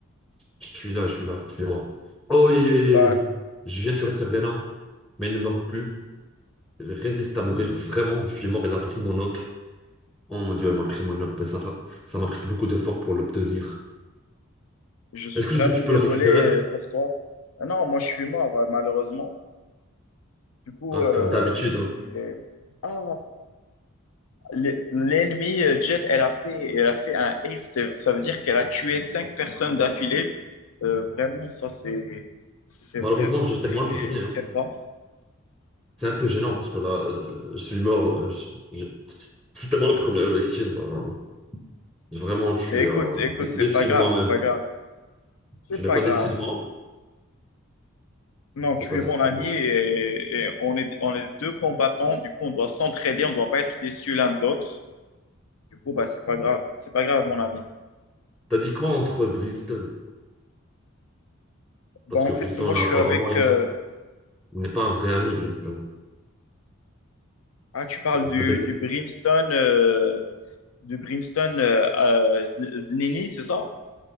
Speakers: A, in the centre; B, on the left.
A: Je suis là, je suis là, faut que je suis droit. Oh, yeah, yeah, yeah.
B: Bah,
A: yeah. Je viens de tuer Serena, mais elle ne meurt plus. Elle résiste à mourir vraiment. Je suis mort, elle a pris mon op. Oh mon Dieu, elle m'a pris mon op, mais ça fa- ça m'a pris beaucoup d'efforts pour l'obtenir.
B: Je suis
A: Est-ce que
B: vraiment
A: je- tu
B: désolé
A: peux le récupérer?
B: pour toi. Ah non, moi je suis mort, euh, malheureusement. Du coup,
A: Ah,
B: euh,
A: comme d'habitude.
B: c'est...
A: hein.
B: Ah, l'e- l'ennemi euh, Jet, elle a fait, elle a fait un ace. Ça ça veut dire qu'elle a tué cinq personnes d'affilée. Euh, vraiment, ça c'est, c'est
A: Malheureusement,
B: vraiment
A: j'étais
B: très,
A: moi le premier. hein.
B: très fort.
A: C'est un peu gênant parce que là, euh, je suis mort. euh, je- suis- je- C'était moi la première victime. ben, vraiment, je suis
B: Mais écoute,
A: euh,
B: écoute,
A: dé-
B: c'est
A: déçu
B: pas grave,
A: de moi-même.
B: c'est pas grave, c'est
A: Tu n'es
B: pas
A: pas
B: grave.
A: déçu de moi?
B: Non, tu
A: T'es pas
B: es
A: déçu
B: mon ami
A: de moi.
B: et, et on est, on est deux combattants. Du coup, on doit s'entraider, on doit pas être déçus l'un de l'autre. Du coup, bah, c'est pas grave, c'est pas grave, mon ami.
A: T'as dit quoi entre Brimstone?
B: Bah,
A: Parce
B: en
A: que
B: fait,
A: Briston,
B: moi,
A: là,
B: je
A: apparemment,
B: suis avec.
A: il
B: euh,
A: n'a- il n'est pas un vrai ami, Briston.
B: Ah, tu parles
A: Je
B: du,
A: le déteste.
B: du Brimstone, euh, du Brimstone euh, euh, Z- Znini, c'est ça?